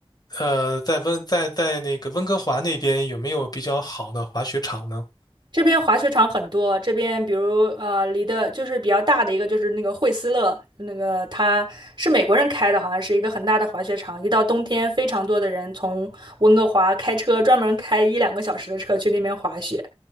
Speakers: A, on the left; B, on the right.
A: 呃在温在在那个温哥华那边有没有比较好的滑雪场呢？
B: 这边滑雪场很多，这边比如呃，离的就是比较大的一个就是那个惠斯勒，那个它是美国人开的，好像是一个很大的滑雪场。一到冬天，非常多的人从温哥华开车，专门开一两个小时的车去那边滑雪。